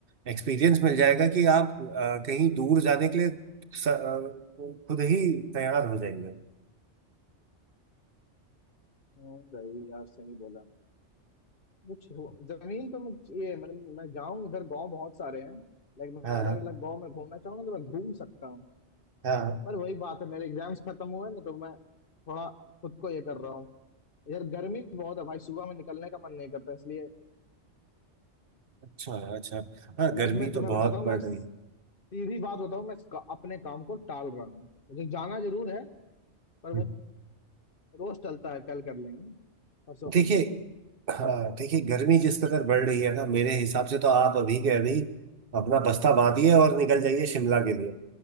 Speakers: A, on the right; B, on the left.
A: एक्सपीरियंस मिल जाएगा कि आप अ, कहीं दूर जाने के लिए स- अ, खुद ही तैयार हो जाएंगे
B: हम्म, भाई यार सही बोला कुछ हो- जमीन पे मैं ये मतलब मैं जाऊं इधर गांव बहुत सारे हैं लाइक मैं
A: हाँ
B: अलग
A: हाँ
B: अलग गांव में घूमना चाहूंगा तो मैं घूम सकता हूँ
A: हाँ
B: पर वही बात है मेरे एग्जाम्स खत्म हुए ना तो मैं थोड़ा खुद को ये कर रहा हूँ इधर गर्मी भी बहुत है भाई सुबह में निकलने का मन नहीं करता इसलिए
A: अच्छा अच्छा हाँ
B: लाइक
A: गर्मी
B: मैं
A: तो
B: तुम्हें
A: बहुत
B: बताता हूँ
A: बढ़
B: मैं सीधी
A: रही है
B: बात बताऊँ मैं इसका- अपने काम को टाल रहा हूँ मुझे जाना जरूर है पर
A: हम्म।
B: वो रोज टलता है कल कर लेंगे परसों कर
A: देखिए
B: लेंगे
A: हाँ देखिए गर्मी जिस कदर बढ़ रही है ना मेरे हिसाब से तो आप अभी के अभी अपना बस्ता बांधिए और निकल जाइए शिमला के लिए